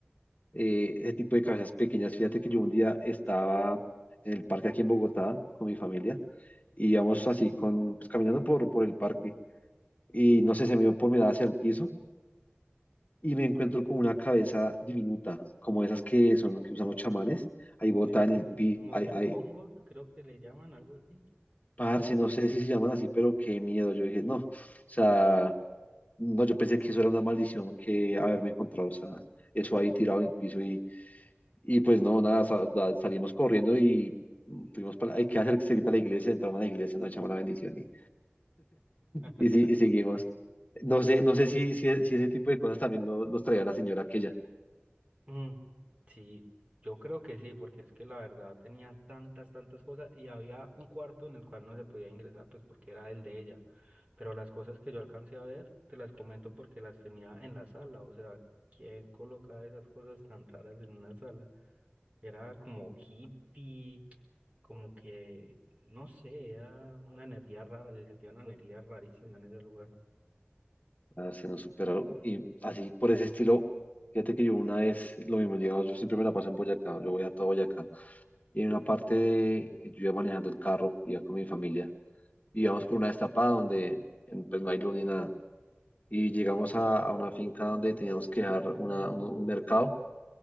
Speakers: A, on the left; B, on the right.
A: eh, ese tipo de cabezas pequeñas. Fíjate que yo un día estaba en el parque aquí en Bogotá con mi familia y íbamos así con, pues, caminando por, por el parque y no sé, se me dio por mirar hacia el piso y me encuentro con una cabeza diminuta, como esas que son que usan los chamanes, ahí botada
B: Eso
A: en
B: fue
A: el pi,
B: monicongo,
A: ahí, ahí,
B: creo que le llaman algo así.
A: parce, no sé si se llaman así, pero qué miedo. Yo dije, no, o sea... No, yo pensé que eso era una maldición que haberme encontrado, o sea, eso ahí tirado en el piso y, y pues no, nada, sa- da- salimos corriendo y mm, fuimos para, hay que hacer cerquita a la iglesia, entramos a la iglesia, nos echamos la bendición y,
B: <laughs>
A: y, si- y seguimos. No sé, no sé si, si, si ese tipo de cosas también lo- los traía la señora aquella,
B: Mm, sí, yo creo que sí, porque es que la verdad tenía tantas, tantas cosas y había un cuarto en el cual no se podía ingresar, pues porque era el de ella. Pero las cosas que yo alcancé a ver, te las comento porque las tenía en la sala. O sea, ¿quién colocaba esas cosas tan raras en una sala? Era como hippie, como que, no sé, era una energía rara, se sentía una energía rarísima en ese lugar.
A: Ah, se nos superaron y así por ese estilo, fíjate que yo una vez, lo mismo, digamos, yo siempre me la paso en Boyacá, yo voy a todo Boyacá y en una parte de- yo iba manejando el carro, iba con mi familia y íbamos por una destapada donde en- pues no hay luz ni nada. Y llegamos a, a una finca donde teníamos que dejar una- un, un mercado